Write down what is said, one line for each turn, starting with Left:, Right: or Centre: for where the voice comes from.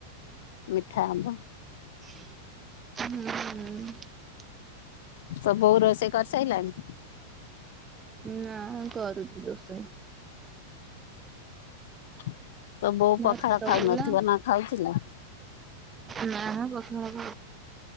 Left: ମିଠା ଆମ୍ବ।
Right: ହୁଁଉଉ
Left: ତୋ ବୋଉ ରୋଷେଇ କରିସାଇଲାଣି।
Right: ନା କରୁଚି ରୋଷେଇ।
Left: ତୋ ବୋଉ
Right: ଭାତ
Left: ପଖାଳ ଖାଉ
Right: ଗଲା
Left: ନଥିବ ନା ଖାଉଛି ଲୋ।
Right: ନା କଥା ହବ।